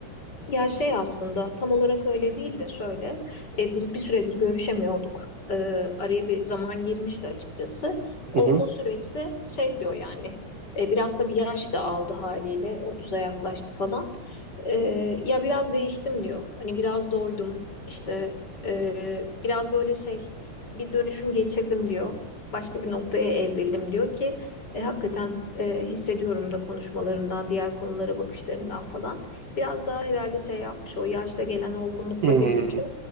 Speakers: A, on the left; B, on the right.
A: Ya şey aslında tam olarak öyle değil de şöyle e, biz bir süredir görüşemiyorduk. E, araya bir zaman girmişti açıkçası. O
B: Hı hı.
A: o süreçte şey diyor yani e, biraz da bir yaş da aldı haliyle 30'a yaklaştı falan. E, ya biraz değiştim diyor. Hani biraz doydum işte e, biraz böyle şey bir dönüşüm geçirdim diyor. Başka bir noktaya evrildim diyor ki e, hakikaten e, hissediyorum da konuşmalarından diğer konulara bakışlarından falan biraz daha herhalde şey yapmış o yaşta gelen olgunlukla
B: Hmm.
A: birlikte